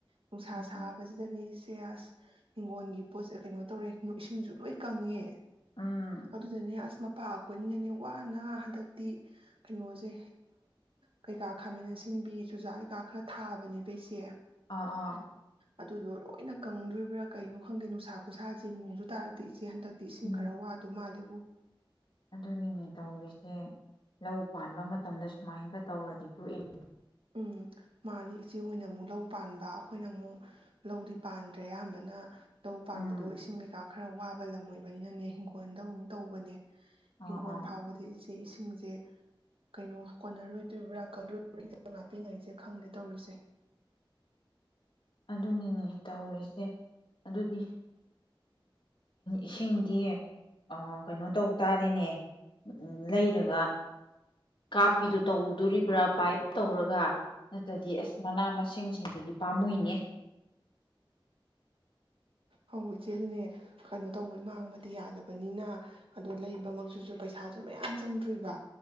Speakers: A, on the right (about 80°); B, on the left (about 65°).
A: ꯅꯨꯡꯁꯥ
B: ꯎꯝ
A: ꯁꯥꯕꯁꯤꯗꯅꯤ ꯭ꯌꯥꯁ ꯍꯤꯡꯒꯣꯟꯜꯒꯤ ꯄꯣꯠꯁꯦ ꯀꯩꯅꯣ ꯇꯧꯔꯦ ꯏꯁꯤꯡꯁꯨ ꯂꯣꯏ ꯀꯪꯉꯦ
B: ꯑꯥ
A: ꯑꯗꯨꯗꯅꯦ ꯑꯁꯃ ꯄꯥꯈꯣꯏꯅꯤꯅꯅꯦ ꯋꯥꯅ ꯍꯟꯗꯛꯇꯤ ꯀꯩꯅꯣꯁꯦ ꯀꯩꯀꯥ ꯈꯥꯃꯦꯟ ꯑꯁꯤꯟꯕꯤ ꯆꯨꯖꯥꯛ ꯀꯩꯀꯥ ꯈꯔ ꯊꯥꯕꯅꯦꯕꯩꯁꯦ
B: ꯑꯥ ꯑꯥ
A: ꯑꯗꯨꯗꯣ ꯂꯣꯏꯅ ꯀꯪꯗ꯭ꯔꯤꯕ꯭ꯔꯥ ꯀꯩꯅꯣ ꯈꯪꯗꯦ ꯅꯨꯡꯁꯥ ꯈꯨꯁꯥꯁꯦ ꯅꯣꯡꯁꯨ ꯇꯥꯔꯛꯇꯦ ꯁꯤ ꯍꯟꯗꯛꯇꯤ ꯏꯁꯤꯡ
B: ꯎꯝ
A: ꯈꯔ ꯋꯥꯗꯣ ꯃꯥꯜꯂꯤ ꯎꯝ
B: ꯑꯗꯨꯅꯤꯅꯦ ꯇꯧꯔꯤꯁꯦ ꯂꯧ ꯄꯥꯟꯕ ꯃꯇꯝꯗ ꯁꯨꯃꯥꯏꯒ ꯇꯧꯔꯗꯤ ꯊꯣꯛꯣꯛꯑꯦ
A: ꯎꯝ ꯃꯥꯅꯤ ꯏꯆꯦ ꯍꯅ ꯑꯃꯨꯛ ꯂꯧ ꯄꯥꯟꯕ ꯑꯩꯈꯣꯏꯅ ꯑꯃꯨꯛ ꯂꯧꯗꯤ ꯄꯥꯟꯗ꯭ꯔꯦ ꯑꯌꯥꯝꯕꯅ ꯇꯧ ꯄꯥꯟꯕꯗꯣ
B: ꯎꯝ
A: ꯏꯁꯤꯡ ꯀꯩꯀꯥ ꯈꯔ ꯋꯥꯕ ꯂꯝ ꯑꯣꯏꯕꯅꯤꯅꯅꯦ ꯍꯤꯡꯈꯣꯜꯗ ꯑꯃꯨꯛ ꯇꯧꯕꯅꯦ꯫
B: ꯑꯥ
A: ꯍꯤꯡꯒꯣꯟ
B: ꯑꯥ
A: ꯐꯥꯎꯕꯗꯤ꯫ ꯁꯤ ꯏꯁꯤꯡꯁꯦ ꯀꯩꯅꯣ ꯀꯣꯟꯅꯔꯣꯏꯗꯣꯏꯕ꯭ꯔꯥ꯫ <unintelligible> ꯉꯥꯛꯄꯤꯉꯩꯁꯦ ꯈꯪꯗꯦ ꯇꯧꯔꯤꯁꯦ꯫
B: ꯑꯗꯨꯅꯤꯅꯦ ꯇꯧꯔꯤꯁꯦ ꯑꯗꯨꯗꯤ ꯏꯁꯤꯡꯗꯤ ꯑꯥ ꯀꯩꯅꯣ ꯇꯧ ꯇꯥꯔꯦꯅꯦ ꯂꯩꯔꯒ ꯀꯥꯞꯄꯤꯗꯨ ꯇꯧꯗꯣꯔꯤꯕ꯭ꯔꯥ ꯄꯥꯏꯞ ꯇꯧꯔꯒ ꯅꯠꯇ꯭ꯔꯗꯤ ꯑꯁ ꯃꯅꯥ ꯃꯁꯤꯡꯁꯤꯡꯗꯨꯗꯤ ꯄꯥꯝꯃꯨꯏꯅꯦ꯫
A: ꯍꯧ ꯏꯆꯦꯗꯨꯅꯦ ꯀꯩꯅꯣ ꯇꯧꯕ ꯃꯥꯡꯕꯗꯤ ꯌꯥꯗꯕꯅꯤꯅ ꯑꯗꯣ ꯂꯩꯕꯃꯛꯇꯨꯁꯨ ꯄꯩꯁꯥꯁꯨ ꯃꯌꯥꯝ ꯆꯪꯗ꯭ꯔꫭꯏꯕ